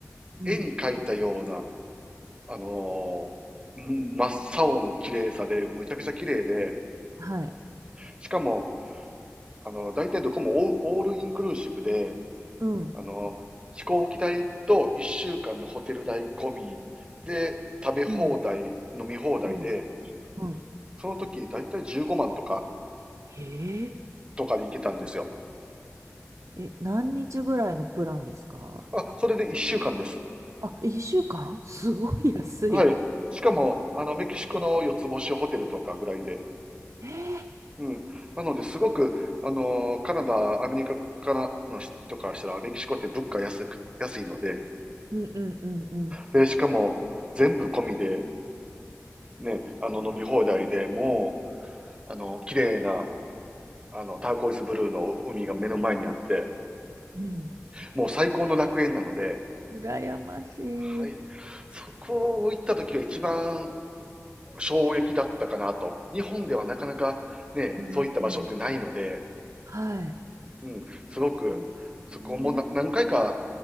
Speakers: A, on the right; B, on the right.
A: うん。
B: 絵に描いたような、あのー真っ青の綺麗さで、むちゃくちゃ綺麗で、
A: はい。
B: しかも、あの、大体どこもオールインクルーシブで、
A: うん。
B: あの、飛行機代と1週間のホテル代込みで、食べ放題、
A: うん。
B: 飲み放題で、
A: うん。うん。
B: その時大体15万とか、
A: へえ。
B: とかで行けたんですよ。
A: え、何日ぐらいのプランですか
B: あ、それで1週間です。
A: あ、一週間すごい安い。
B: はい。しかも、あの、メキシコの四つ星ホテルとかぐらいで、
A: えー
B: うん。なので、すごく、あのーカナダ、アメリカからの人からしたら、メキシコって物価安く、安いので、
A: うんうんうんうん
B: で、しかも、全部込みで、ね、あの、飲み放題でもう、あの、綺麗な、あの、ターコイズブルーの海が目の前にあって、
A: うん。
B: もう最高の楽園なので、
A: 羨ましい。
B: はい。そこを行った時が一番衝撃だったかなと。日本ではなかなかね、
A: うん。
B: そういった場所ってないので、
A: はい。
B: うん、すごく、
A: えね
B: そこもな何回か